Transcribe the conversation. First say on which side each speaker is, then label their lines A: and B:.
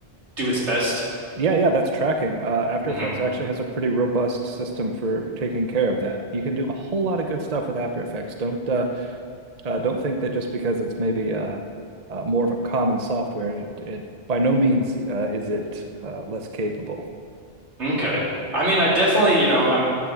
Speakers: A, on the right; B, on the right.
A: do its best.
B: Yeah, yeah, that's tracking. Uh, After
A: hmm
B: Effects actually has a pretty robust system for taking care of that. You can do a whole lot of good stuff with After Effects. Don't uh, uh, don't think that just because it's maybe uh, uh, more of a common software, it, it by no means uh, is it uh, less capable.
A: Okay. I mean, I definitely, you know, I'm